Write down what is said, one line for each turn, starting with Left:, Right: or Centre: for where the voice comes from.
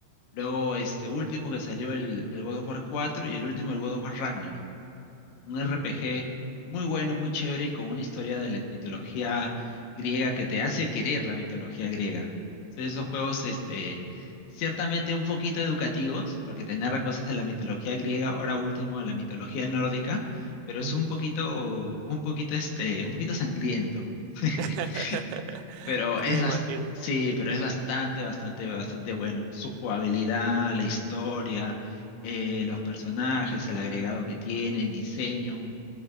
Left: luego este último que salió el, el God of War 4 y el último el God of War Ragnarok un RPG muy bueno, muy chévere y con una historia de la mitología griega que te hace querer la mitología griega. Entonces, esos juegos, este, ciertamente un poquito educativos, porque te narra cosas de la mitología griega, ahora último de la mitología nórdica, pero
Right: Ujú.
Left: es un poquito, un poquito, este, un poquito sangriento. <laughs>
Right: <laughs>
Left: Pero
Right: Sí,
Left: es
Right: me
Left: bas-
Right: imagino.
Left: sí, pero es bastante, bastante, bastante bueno. Su jugabilidad, la historia, eh, los personajes, el agregado que tiene, el diseño.